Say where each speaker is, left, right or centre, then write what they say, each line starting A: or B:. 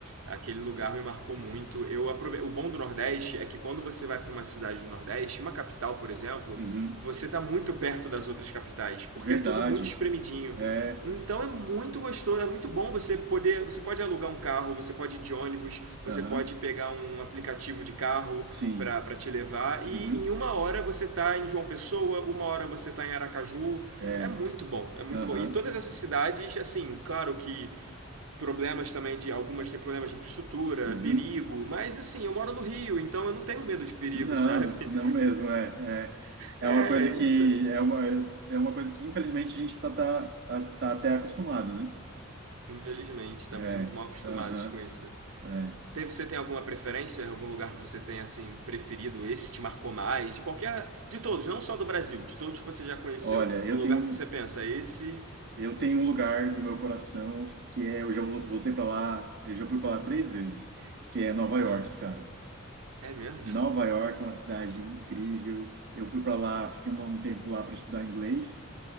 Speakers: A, on the right; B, on the right.
A: Aquele lugar me marcou muito. Eu aprove... O bom do Nordeste é que quando você vai para uma cidade do Nordeste, uma capital, por exemplo,
B: uhum.
A: você está muito perto das outras capitais, porque
B: Verdade.
A: é tudo muito espremidinho.
B: É,
A: Então é muito gostoso, é muito bom você poder, você pode alugar um carro, você pode ir de ônibus, você
B: aham,
A: pode pegar um aplicativo de carro,
B: sim.
A: para te levar.
B: Uhum,
A: E em uma hora você tá em João Pessoa, uma hora você tá em Aracaju.
B: é,
A: É muito bom, é muito
B: aham,
A: bom. E todas essas cidades, assim, claro que problemas também de algumas têm problemas de infraestrutura,
B: uhum.
A: perigo, mas assim, eu moro no Rio, então eu não tenho medo de perigo,
B: Não,
A: sabe? <laughs>
B: não mesmo, é, é. É
A: é,
B: uma coisa
A: então,
B: que, é uma, é uma coisa que, infelizmente, a gente tá, tá, tá tá até acostumado, né?
A: infelizmente, estamos
B: É,
A: muito mal acostumados
B: aham,
A: com isso.
B: é.
A: Teve, você tem alguma preferência, algum lugar que você tenha assim preferido, esse te marcou mais, de qualquer, de todos, não só do Brasil, de todos que você já conheceu,
B: Olha, eu
A: um lugar
B: tenho
A: que você pensa, esse,
B: Eu tenho um lugar no meu coração que é, eu já vol- voltei para lá, eu já fui para lá três vezes, que é Nova York,
A: ah,
B: cara.
A: é mesmo?
B: Nova York é uma cidade incrível. Eu fui para lá, fiquei um, um tempo lá para estudar inglês